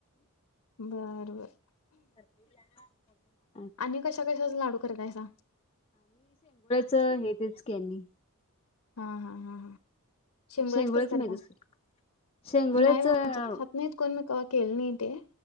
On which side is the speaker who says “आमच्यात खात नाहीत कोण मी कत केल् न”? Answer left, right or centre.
Left